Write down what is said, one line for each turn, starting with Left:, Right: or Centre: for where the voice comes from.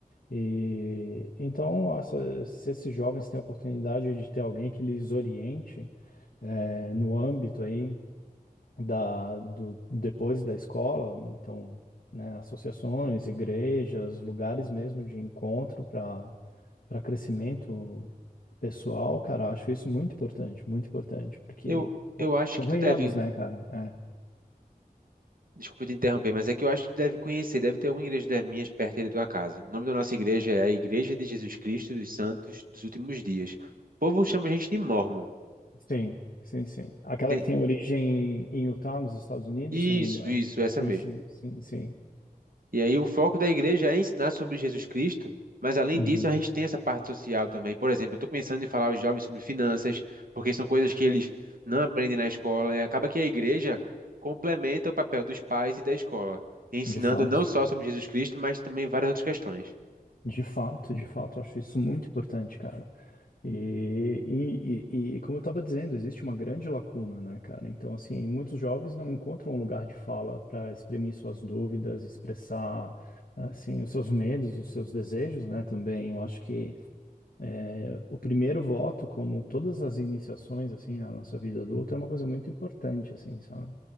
Left: E então, essa- se esses jovens têm a oportunidade de ter alguém que lhes oriente eh, no âmbito aí da, do, depois da escola, então, né, associações, igrejas, lugares mesmo de encontro para para crescimento pessoal, cara, eu acho isso muito importante, muito importante, porque
Right: Eu, eu acho
Left: convenhamos,
Right: que tu deve
Left: né, cara? É.
Right: Desculpa te interromper, mas é que eu acho que tu deve conhecer, deve ter alguma igreja das minhas perto aí da tua casa. O nome da nossa igreja é a Igreja de Jesus Cristo dos Santos dos Últimos Dias. O povo chama a gente de Mormon.
Left: Sim, sim, sim. Aquela
Right: Tem-
Left: que tem origem em Utah, nos Estados Unidos,
Right: Isso,
Left: se eu não me engano.
Right: isso, essa
Left: Sim,
Right: mesmo.
Left: sim, sim, sim.
Right: E aí o foco da igreja é ensinar sobre Jesus Cristo, mas além
Left: Uhum.
Right: disso a gente tem essa parte social também. Por exemplo, eu estou pensando em falar aos jovens sobre finanças, porque são coisas que eles não aprendem na escola, e acaba que a igreja complementa o papel dos pais e da escola, ensinando
Left: De fato.
Right: não só sobre Jesus Cristo, mas também várias outras questões.
Left: De fato, de fato, eu acho isso muito importante, cara. E, e, e, e como eu estava dizendo, existe uma grande lacuna, né, cara? Então, assim, muitos jovens não encontram um lugar de fala para exprimir suas dúvidas, expressar, assim, os seus medos, os seus desejos, né, também. Eu acho que eh, o primeiro voto, como todas as iniciações, assim, na nossa vida adulta, é uma coisa muito importante, assim, sabe?